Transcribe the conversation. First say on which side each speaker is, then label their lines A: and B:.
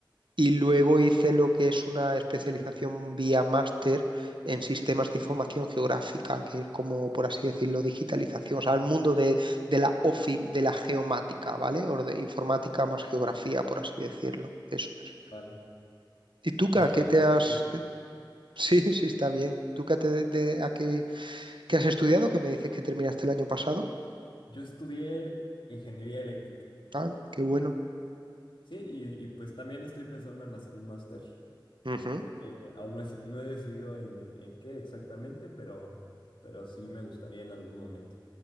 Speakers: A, on the right (about 70°); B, on the left (about 70°).
A: Y luego hice lo que es una especialización vía máster en sistemas de información geográfica, que es como, por así decirlo, digitalización, o sea, el mundo de, de la OFI, de la geomática, ¿vale? O de informática más geografía, por así decirlo. Eso es.
B: vale.
A: ¿Y tú, Ka,
B: Está
A: qué
B: bastante
A: te has, Sí, sí, está bien. ¿Tú qué, te, de, a qué, qué has estudiado? Que me dices que terminaste el año pasado.
B: Yo estudié ingeniería eléctrica,
A: Ah, qué bueno.
B: sí, y, y pues también estoy pensando en hacer un máster.
A: Ujú,
B: Eh, Aún no he, no he decidido en, en qué exactamente, pero, pero sí me gustaría en algún momento.